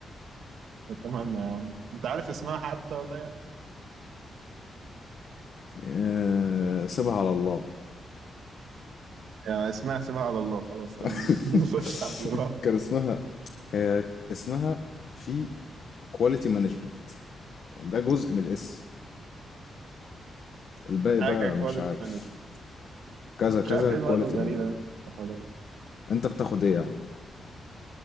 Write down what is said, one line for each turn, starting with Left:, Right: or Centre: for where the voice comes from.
Right: اتمنى يا عم انت عارف اسمها حتى ولا ايه
Left: آه، سيبها على الله
Right: يعني اسمها سيبها على الله خلاص تمام
Left: <laughs>
Right: <laughs> نخش على اللي بعد
Left: كان اسمها هي اسمها في كواليتي مانجمنت ده جزء من الاسم الباقي بقى
Right: حاجة كواليتي
Left: مش عارف
Right: مانجمنت
Left: كذا
Right: مش
Left: كذا
Right: عارف ايه
Left: كواليتي
Right: المواد الغريبة
Left: مانجمنت
Right: اللي انت بتاخدها
Left: انت بتاخد ايه يا عم